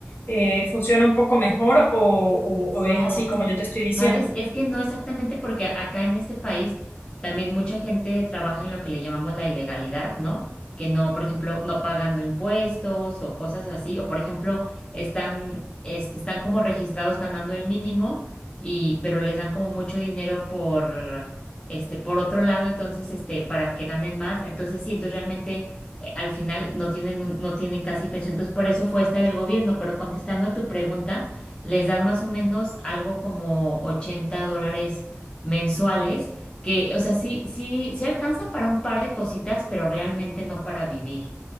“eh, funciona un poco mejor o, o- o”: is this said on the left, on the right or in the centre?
Left